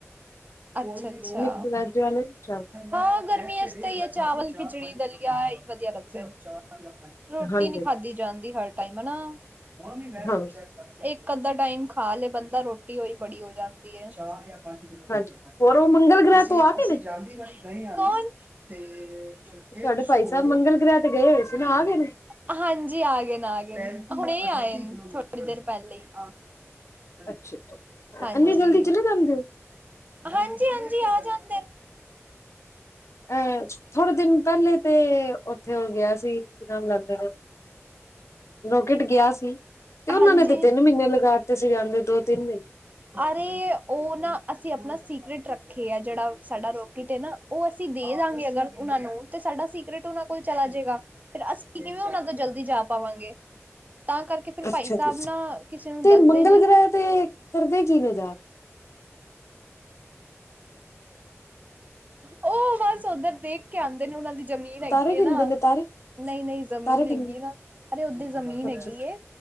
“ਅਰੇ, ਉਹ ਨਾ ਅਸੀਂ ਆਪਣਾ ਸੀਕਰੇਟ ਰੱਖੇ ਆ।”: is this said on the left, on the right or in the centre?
Right